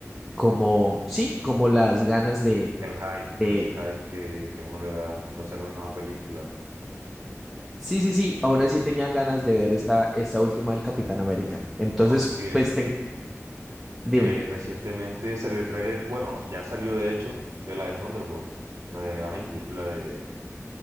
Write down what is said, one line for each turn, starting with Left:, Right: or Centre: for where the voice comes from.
Centre: como, sí, como las ganas de,
Right: El hype,
Centre: de,
Right: claro, ese hype que, que uno le da cuando sale una nueva película.
Centre: sí, sí, sí, aún así tenía ganas de ver esta, esta última del Capitán América. Entonces,
Right: Aunque
Centre: pues ten- dime.
Right: eh, recientemente salió el tráiler, bueno, ya salió de hecho, eh, la de Thunderbolts, la de Avenger, la de